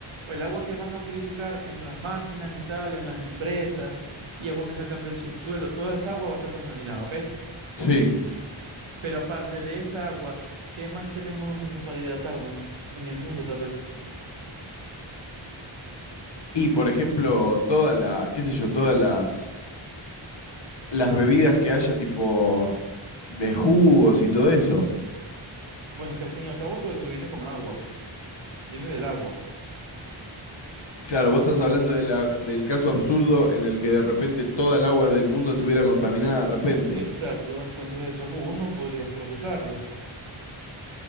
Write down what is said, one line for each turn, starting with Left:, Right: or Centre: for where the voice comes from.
Right: o el agua que van a purificar en las máquinas y tal, en las empresas, y agua que sacan del subsuelo, toda esa agua va a estar contaminada, ¿ok?
Left: sí,
Right: Pero aparte de esa agua, ¿qué más tenemos nosotros para hidratarnos en el mundo, tal vez?
Left: Y por ejemplo, toda la, qué sé yo, todas las, las bebidas que haya, tipo de jugos y todo eso.
Right: Bueno, es que al fin y al cabo todo eso viene con agua, viene del agua.
Left: Claro, vos estás hablando de la- del caso absurdo en el que de repente toda el agua del mundo estuviera contaminada de repente.
Right: Exacto, entonces esos jugos no podrías procesarlos.